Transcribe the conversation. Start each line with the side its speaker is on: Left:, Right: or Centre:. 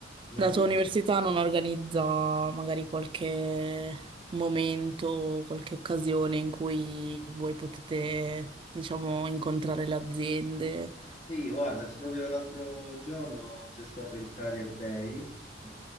Left: mai
Right: La tua
Left: dire
Right: università
Left: mai.
Right: non organizza magari qualche momento, qualche occasione in cui voi potete, diciamo, incontrare le aziende.
Left: Sì, guarda, c'è proprio l'altro giorno c'è stato il Career Day <laughs> eh,